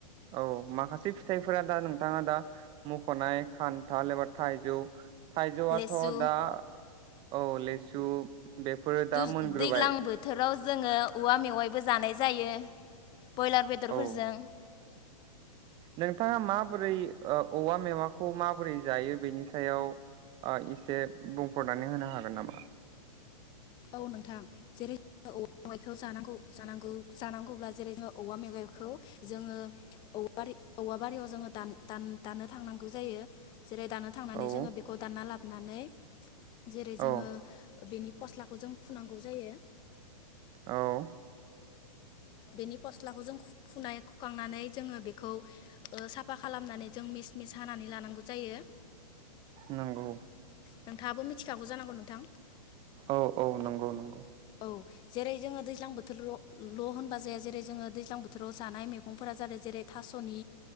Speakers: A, on the right; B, on the left.
A: औ माखासे फिथाइफोरा दा नोंथाङा दा मख'नाय खान्थाल एबा थाइजौ थाइजौआथ'
B: लेसु
A: दा औ ले सु बेफोरो
B: दुज
A: दा मोनग्रोबाय
B: दैज्लां बोथोराव जोङो औवा मेवाइबो जानाय जायो। बयलार बेदरफोरजों
A: औ नोंथाङा माबोरै ओ औवा मेवाखौ माबोरै जायो बेनि सायाव ओ इसे बुंफोरनानै होनो हागोन नामा।
B: औ नोंथां जेरै औवा मेवायखौ जानांगौ जानांगौ जानांगौब्ला जेरै जोङो औवा मेवायखौ जोङो औवा बारि औवा बारियाव जोङो दान-दान-दानो थांनांगौ जायो। जेरै दानो थांनानै
A: औ
B: जोङो बेखौ दानना लाब नानै जेरै जोङो
A: औ
B: बेनि फस्ला खौ जों खुनांगौ जायो।
A: औ
B: बेनि फस्लाखौ जों खु खुनाय खुखांनानै जोङो बेखौ ओ साफा खालामनानै जों मिस मिस हानानै लानांगौ जायो।
A: नंगौ।
B: नोंथाङाबो मिथिखागौ जानांगौ नोंथां।
A: औ-औ नंगौ-नंगौ।
B: औ जेरै जोङो दैज्लां बोथोर' ल' होनबा जाया जेरै जोङो दैज्लां बोथोराव जानाय मैगंफोरा जादों जेरै थास'नि